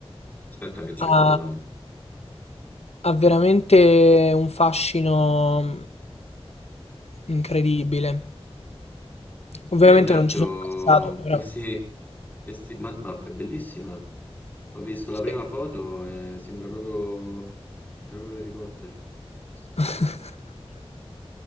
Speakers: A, on the left (about 15°); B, on the left (about 80°).
A: Aspetta che cerco
B: Ha,
A: online.
B: ha veramente un fascino mm, incredibile. Ovviamente
A: Eh, certo,
B: non ci sono mai stato, però
A: questi, questi- ma, ma è bellissima. Ho visto la
B: sì.
A: prima foto e sembra proprio, proprio Harry Potter.
B: <laughs>